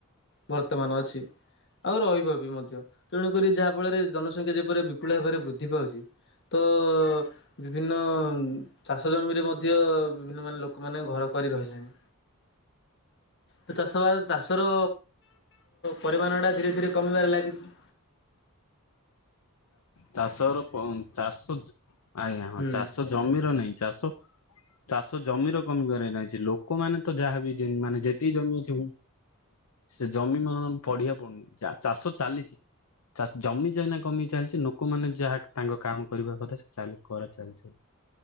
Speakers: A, on the left; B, on the left.
A: ବର୍ତ୍ତମାନ ଅ ଅଛି ଆଉ ରହିବ ବି ମଧ୍ୟ। ତେଣୁକରି ଯାହା ଫଳରେ ଜନସଂଖ୍ୟା ଯେପରି ବିପୁଳ ଭାବରେ ବୃଦ୍ଧି ପାଉଛି ତ ବିଭିନ୍ନ ଚାଷ ଜମିରେ ମଧ୍ୟ ବିଭିନ୍ନ ମାନେ ଲୋକମାନୋନ ଘର କରି ରହିଲେଣି। ତ ଚାଷ ବା ଚାଷର ପରିମାଣ ଟା ଧୀରେ ଧୀରେ କମିବାରେ ଲାଗିଛି।
B: ଚାଷର ଚାଷ ଆଜ୍ଞା ହଁ
A: ହୁଁ
B: ଚାଷ ଜମିର ନାହିଁ ଚାଷ ଚାଷ ଜମିର କମିବାରେ ରହିଛି ଲୋକମାନେ ତ ଯାହାବି ମାନେ ଯେତିକି ଜମି ଅଛି। ସେ ଜମି ମ ପଢିବା ପଡୁନି ଚାଷ ଚାଲିଛି ଜମି ଯନା କମି ଚାଲିଛି ଲୋକମାନୋନେ ଯାହା ତାଙ୍କ କାମ କରିବା କଥା ଚା କର ଚାଲିଛନ୍ତି।